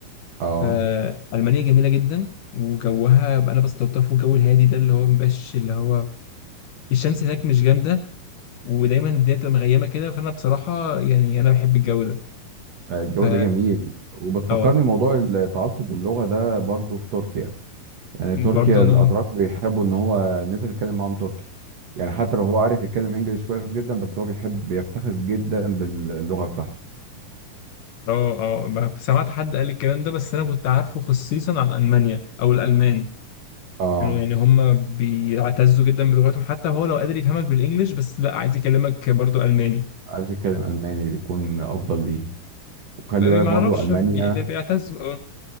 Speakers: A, on the right; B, on the left.
A: اه
B: فألمانيا جميلة جدا وجوها أنا بستلطفه الجو الهادي ده اللي هو مبقاش اللي هو الشمس هناك مش جامدة ودايما الدنيا بتبقى مغيمه كده فانا بصراحه يعني انا بحب الجو ده
A: الجو
B: ف
A: ده جميل وبتفكرني
B: اه
A: موضوع التعصب اللغة ده برضو في تركيا يعني
B: برضه
A: تركيا
B: انهم
A: الاتراك بيحبوا ان هو ان انت تتكلم معاهم تركي يعني حتى لو هو عارف يتكلم انجليش كويس جدا بس هو بيحب بيفتخر جدا باللغة بتاعته
B: اه اه ما- سمعت حد قال الكلام ده بس انا كنت عارفه خصيصا عن المانيا او الالمان
A: اه
B: كانوا يعني هم بيعتزوا جدا بلغتهم حتى هو لو قادر يفهمك بالانجلش بس لا عايز يكلمك برضه الماني
A: عايز يتكلم الماني يكون افضل ليه وخلي
B: ما
A: بالك
B: ما
A: برضو
B: اعرفش
A: ألمانيا
B: بي- بيعتزوا اه